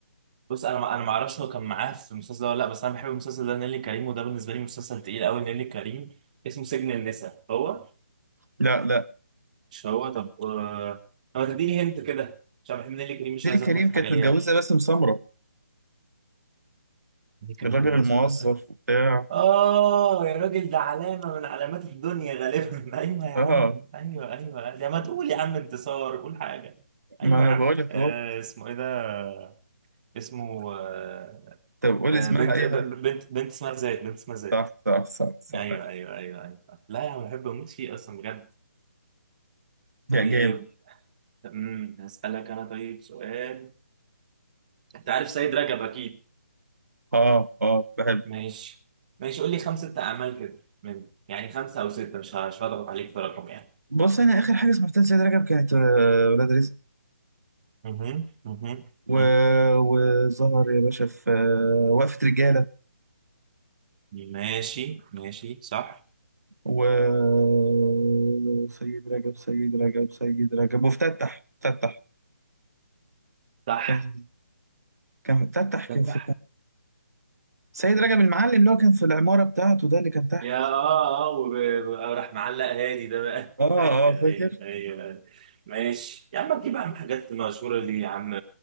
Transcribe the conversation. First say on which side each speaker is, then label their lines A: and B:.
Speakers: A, on the right; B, on the right.
A: بص انا ما انا ما اعرفش هو كان معاه في المسلسل ده ولا لا بس انا بحب المسلسل ده نيلي كريم وده بالنسبه لي مسلسل تقيل قوي نيلي كريم اسمه سجن النساء هو
B: لا لا
A: مش هو طب آه، طب ما تديني هنت كده عشان بحب نيلي كريم مش
B: نيلي
A: عايز
B: كريم
A: اغلط في
B: كانت
A: حاجه ليها
B: متجوزة باسم سمرة
A: نيلي كريم
B: الراجل
A: متجوزه
B: الموظف
A: بس
B: وبتاع
A: اه يا راجل ده علامه من علامات الدنيا غالبا <laughs> ايوه يا
B: اه
A: عم ايوه ايوه يا ما تقول يا عم انتصار قول حاجه
B: ما
A: ايوه
B: انا
A: يا عم
B: بقول لك
A: آه
B: اهو
A: اسمه ايه ده اسمه آه
B: طب قول
A: آه،
B: اسمها
A: بنت
B: اي
A: ب-
B: حاجة
A: ب- بنت بنت اسمها زيد بنت اسمها زيد
B: صح صح صح صح
A: ايوه ايوه ايوه ايوه لا يا عم بحب اموت فيه اصلا بجد طيب
B: يا جامد
A: امم هسألك انا طيب سؤال انت عارف سيد رجب اكيد
B: اه اه بحب
A: ماشي ماشي قول لي خمسة اعمال كده من يعني خمسة او ستة مش ه- مش هضغط عليك في رقم يعني
B: بص انا اخر حاجة سمعتها لسيد رجب كانت آه، ولاد رزق
A: مهم، مهم،
B: و...
A: مهم.
B: وظهر يا باشا في آه، وقفة رجالة
A: ماشي ماشي صح
B: وسيد رجب سيد رجب سيد رجب وفتتح فتتح
A: صح
B: كان كان فتتح
A: ده
B: كان في
A: صح
B: كان سيد رجب المعلم اللي هو كان في العمارة بتاعته ده اللي كان تحت
A: يا اه اه وب- ب- آه، راح معلق هادي ده بقى
B: اه
A: <laughs> ايوه
B: اه فاكر
A: ايوه ايوه ماشي يا عم تجيب يا عم حاجات مشهورة دي يا عم